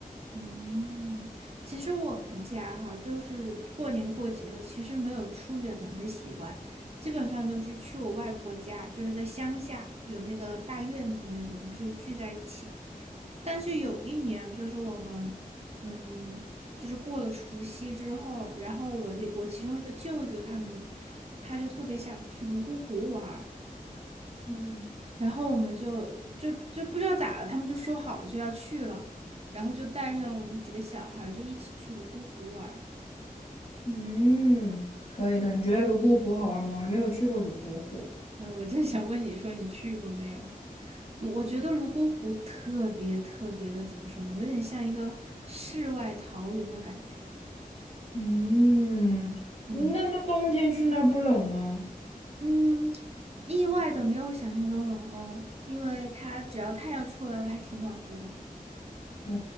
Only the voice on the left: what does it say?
嗯，
嗯，可以的。你觉得泸沽湖好玩吗？我还没有去过泸沽湖。
嗯，
那那冬天去那儿不冷吗？
哦，